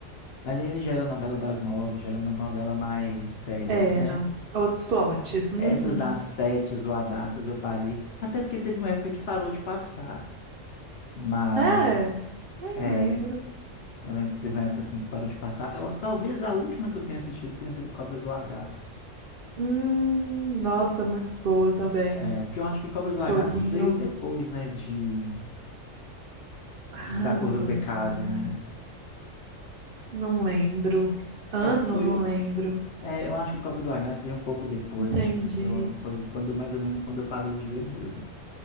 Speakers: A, on the left (about 60°); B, on the right (about 55°).
A: Mas ainda já era novela das nove, já era umas novelas mais sérias,
B: eram
A: né?
B: outros plots. Uhum.
A: Essas das sete, zoadaças, eu parei. Até porque teve uma época que parou de passar. Mas,
B: É, nem
A: é,
B: lembro.
A: eu lembro que teve uma época assim que parou de passar. Eu, talvez a última que eu tenha assistido tenha sido Cobras e Lagartos.
B: Hum, nossa, muito boa também.
A: É, porque eu acho que Cobras
B: Um
A: e Lagartos
B: pouquinho.
A: veio depois, né, de,
B: Ah,
A: de Da Cor
B: não
A: do
B: vou
A: Pecado,
B: lembrar.
A: né?
B: Não lembro. Ano,
A: É, foi
B: não
A: uma
B: lembro.
A: É, eu acho que Cobros e Lagartos veio um pouco depois,
B: Entendi.
A: assim. Eu, foi quando, eu- mais ou menos quando eu parei de ver mesmo.